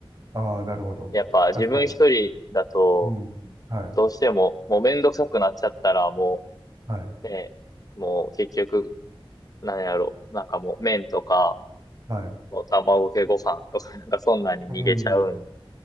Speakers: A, on the right (about 40°); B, on the left (about 40°).
A: ああ、なるほど。
B: やっぱ自分一人だと、
A: 確かに。うん。はい。
B: どうしても、もうめんどくさくなっちゃったら、も
A: はい。
B: う、ね、もう結局、なんやろなんかもう麺とか、
A: はい。
B: もう卵かけご飯とか、<laughs> なんかそんなに逃げちゃうんで、
A: うん。